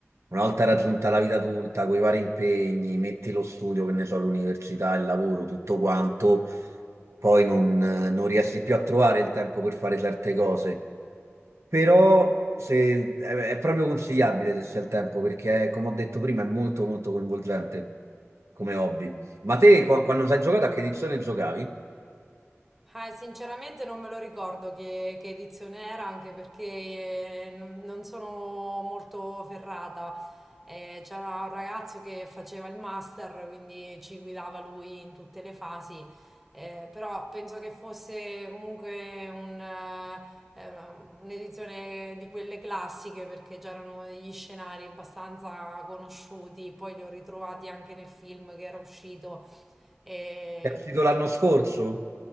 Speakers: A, on the right; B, in the centre.
A: una volta raggiunta la vita adulta, con i vari impegni, metti lo studio, che ne so, l'università, il lavoro, tutto quanto, poi non, non riesci più a trovare il tempo per fare certe cose. Però se- è, è proprio consigliabile se si ha il tempo, perché come ho detto prima è molto molto coinvolgente come hobby. Ma te qua- quando sei giocato a che edizione giocavi?
B: Eh, sinceramente non me lo ricordo che, che edizione era, anche perché eh, n- non sono molto ferrata. Eh, c'era un ragazzo che faceva il master, quindi ci guidava lui in tutte le fasi, Eh, però penso che fosse comunque un, eh, eh, un'edizione di quelle classiche, perché c'erano degli scenari abbastanza conosciuti, poi li ho ritrovati anche nel film che era uscito. Ehm,
A: È uscito l'anno scorso?